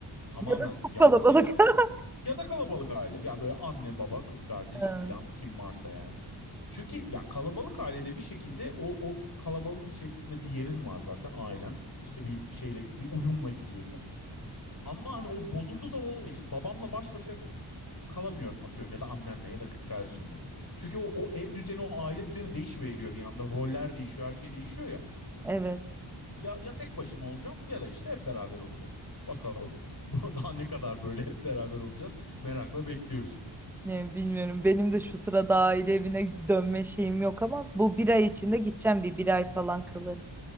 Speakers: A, on the left; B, in the centre.
A: tamamen
B: Ya da çok
A: yalnız
B: kalabalık.
A: yaşayacağım
B: <laughs>
A: ya da kalabalık aile. Ya böyle anne, baba, kız kardeş
B: Ha,
A: filan kim varsa yani. Çünkü ya kalabalık ailede bir şekilde o o kalabalığın içerisinde bir yerin var zaten ailen. İşte bir şeyle bir uyumla gidiyorsun. Ama hani o bozulduğu zaman olmuyor işte. Babamla baş başa kalamıyorum atıyorum ya da annemle ya da kız kardeşimle. Çünkü o, o ev düzeni, o aile düzeni değişiveriyor bir anda. Roller değişiyor, her şey değişiyor ya.
B: Evet.
A: Ya, ya tek başıma olacağım ya da işte hep beraber olacağız. Bakalım. <laughs> Daha ne kadar böyle hep beraber olacağız? Merakla bekliyoruz.
B: Ne bilmiyorum. Benim de şu sırada aile evine dönme şeyim yok ama bu bir ay içinde gideceğim bir bir ay falan kalırım.